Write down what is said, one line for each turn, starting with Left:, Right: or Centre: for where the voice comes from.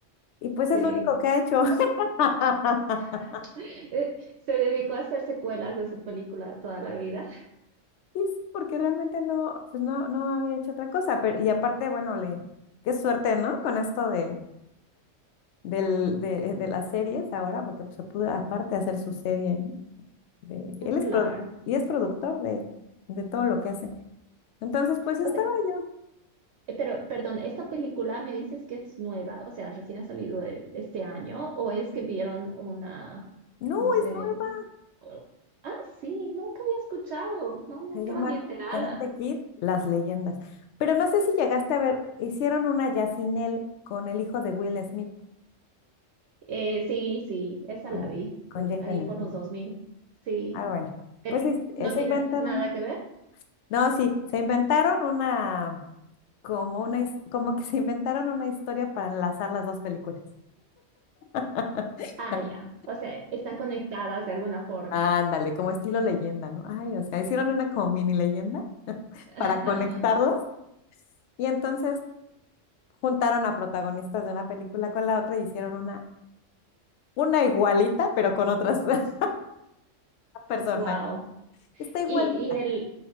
Left: Y pues es
Right: Sí.
Left: lo único que ha hecho. <laughs>
Right: <laughs> Eh, Se dedicó a hacer secuelas de su película toda la vida.
Left: Y sí, porque realmente no, pues no, no había hecho otra cosa. Pero, y aparte, bueno, le, qué suerte, ¿no? Con esto de, del, de, de las series ahora, porque pues, se pudo aparte hacer su serie, ¿no? De, él
Right: <laughs>
Left: es
Right: Claro.
Left: produ- y es productor de, de todo lo que hace. Entonces, pues estaba
Right: O sea,
Left: yo,
Right: eh, pero perdón, ¿esta película me dices que es nueva? O sea, recién ha salido el- este año, o es que vieron una,
Left: no,
Right: no sé,
Left: es nueva,
Right: Oh, Ah, sí, nunca había escuchado, no, no
Left: Se
Right: estaba
Left: llama
Right: ni enterada.
Left: Karate Kid, Las Leyendas. Pero no sé si llegaste a ver, hicieron una ya sin él con el hijo de Will Smith,
Right: Eh, sí, sí, esa
Left: con
Right: la vi,
Left: con
Right: pues,
Left: Jaden
Right: ahí por
Left: Smith.
Right: los 2000, sí,
Left: Ah, bueno.
Right: pero
Left: Pues es- eh,
Right: no
Left: se
Right: tiene
Left: inventaron,
Right: nada que ver.
Left: no, sí, se inventaron una, como una, his- como que se inventaron una historia para enlazar las dos películas. <laughs>
Right: Ah, ya, o sea, están conectadas de alguna forma.
Left: Ándale, como estilo leyenda, ¿no? Ay, o sea, hicieron una como mini leyenda
Right: <laughs>
Left: para conectarlas y entonces juntaron a protagonistas de una película con la otra y hicieron una Una igualita, pero con otras <laughs> personas.
Right: Wow.
Left: Está
Right: Y,
Left: igualita.
Right: y el,